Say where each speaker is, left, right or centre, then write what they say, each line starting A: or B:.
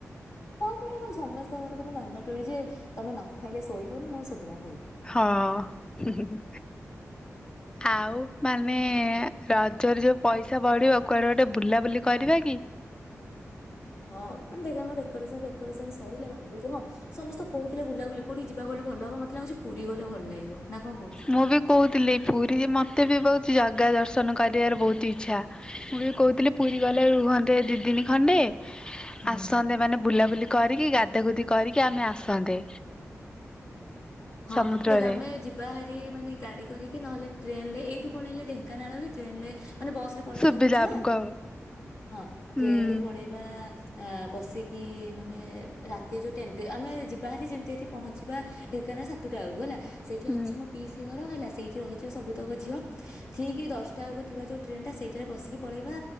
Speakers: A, on the left; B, on the left.
A: ହଁ ପଟ କଣ ସମସ୍ତଙ୍କର ବଧେ ମାନ୍ଦା ତୁ ଯେ ତମେ ନ ଖାଇଲେ ଶୋଇବନି ନହେଲେ ଶୋଦନା।
B: ହଁ ହେ ହେ ଆଉ ମାନେ ରଜରେ ଯୋଉ ପଇସା ବଢିବ କୁଆଡେ ଗୋଟେ ବୁଲାବୁଲି କରିବା କି।
A: ହଁ ମାନେ ଦେଖେ ଆମ ଡେକରେସନ ଫେକୋରେସନ୍ ସରିଲେ ଭାବୁଛି ହଁ ସମସ୍ତେ କହୁଥିଲେ ବୁଲାବୁଲି କୋଉଠି ଯିବାକୁ କହିଲୁ ଭଲ ହବ ମତେ ଲାଗୁଛି ପୁରୀ ଗଲେ ଭଲ ଲାଗିବ। ନା କଣ କହୁଛୁ?
B: ମୁଁ ବି କହୁଥିଲି ପୁରୀରେ ମତେ। ଏତେ ବି ବହୁତ ଜଗା ଦର୍ଶନ କରିବାର ବହୁତ ଇଚ୍ଛା ମୁଁ ବି କହୁଥିଲି ପୁରୀ ଗଲେ ରୁହନ୍ତେ ଦୁଇଦିନି ଖଣ୍ଡେ।
A: ହୁଁ
B: ଆସନ୍ତେ ମାନେ ବୁଲା ବୁଲି କରିକି ଗାଧା ଗୁଧି କରିକି ଆମେ ଆସନ୍ତେ।
A: ହଁ
B: ସମୁଦ୍ରରେ
A: ଦେଖେ ଆମେ ଯିବା ହେ ରି ମାନେ ଗାଡି କରିକି ନହେଲେ ଟ୍ରେନ୍ ଲେ ଏଇଠୁ ପଳେଇଲେ ଢେଙ୍କାନାଳ ବି ଟ୍ରେନ୍ ଲେ ମାନେ ବସ ରେ ପଳେଇବା
B: ସୁବିଧା
A: ସବୁ ଛୁଆ
B: ଆମକୁ ହବ।
A: ହଁ
B: ହୁଁ
A: ଟ୍ରେନଲେ ପଳେଇବା ଆ ବସି କି ମାନେ ରାତି ଯୋଉ ଟ୍ରେନ୍ ଆମେ ଯିବାଭାରି ଯେମିତି ଏଠି ପହଞ୍ଚିବା ଢ଼େ କାଇନା ସାତଟା ବଳକୁ ହେଲା। ସେଇଠି
B: ହୁଁ
A: ଅଛି ମୋ ପିଇସି ଘର ହେଲା ସେଇଠି ରହିଯିବା ସବୁତକ ଝିଅ ଠିକି ଦଶଟା ବେଳକୁ ଥିବା ଯେଉଁ ଟ୍ରେନଟା ସେଇଟାରେ ବସିକି ପଳେଇବା